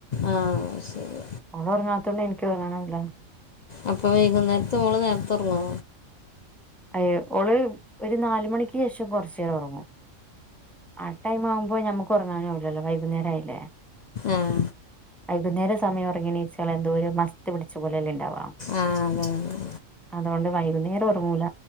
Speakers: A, on the left; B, in the centre.
A: ആഹ് ശരി.
B: ഓള് ഒറങ്ങാത്തൊണ്ട് ഇൻക്ക്യും ഒറങ്ങാനാവൂല.
A: അപ്പോ വൈകുന്നേര്ത്ത് ഓള് നേര്ത്തെ ഒറങ്ങോ?
B: അയ്യോ ഓള് ഒരു നാല് മണിക്ക് ശേഷം കൊറച്ചേരം ഒറങ്ങും. ആ ടൈം ആവുമ്പോ ഞമക്ക് ഒറങ്ങാനാവൂല്ലല്ലോ വൈകുന്നേരം ആയില്ലേ.
A: ആഹ്.
B: വൈകുന്നേര സമയം ഒറങ്ങി എണീച്ചാല് എന്തോ ഒരു മസ്ത്ത് പിടിച്ച പോലെ അല്ലെ ഉണ്ടാവാ.
A: ആ അതെ അതെ
B: അതുകൊണ്ട് വൈകുന്നേരം ഒറങ്ങൂല.